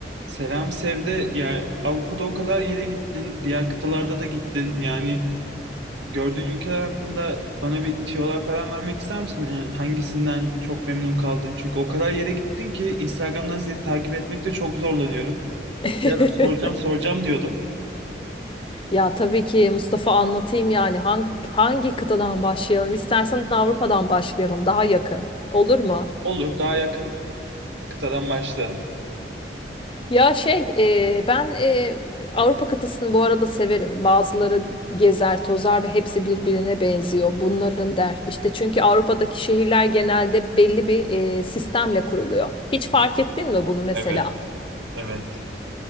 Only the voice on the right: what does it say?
Selam Sevde, yani Avrupa'da o kadar yere gittin, diğer kıtalarda da gittin. Yani gördüğün ülkeler hakkında bana bir tiyolar falan vermek ister misin? Yani hangisinden çok memnun kaldın? Çünkü o kadar yere gittin ki Instagram'dan seni takip etmekte çok zorlanıyorum.
Ya da soracağım soracağım diyordum.
Olur, daha yakın kıtadan başlayalım.
Evet, evet.